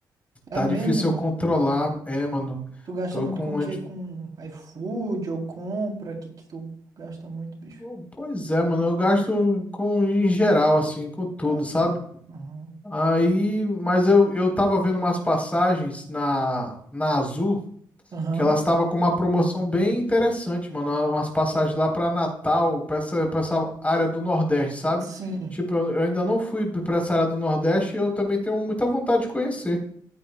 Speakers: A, on the right; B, on the left.
A: É
B: Tá
A: mesmo,
B: difícil
A: mano.
B: eu controlar. É, mano.
A: Tu gasta
B: Tô
A: muito
B: com.
A: com o quê?
B: anti-
A: Com iFood ou compra? O que que tu gasta muito, bicho?
B: Pô, Pois é, mano. Eu gasto com em geral, assim, com tudo,
A: Ah, tá.
B: sabe?
A: Aham.
B: Aí, mas eu, eu tava vendo umas passagens na, na Azul.
A: Aham.
B: Que elas estavam com uma promoção bem interessante, mano. uma- Umas passagens lá pra Natal, pra essa, pra essa área do Nordeste, sabe?
A: Sim.
B: Tipo, eu, eu ainda não fui pra essa área do Nordeste e eu também tenho muita vontade de conhecer.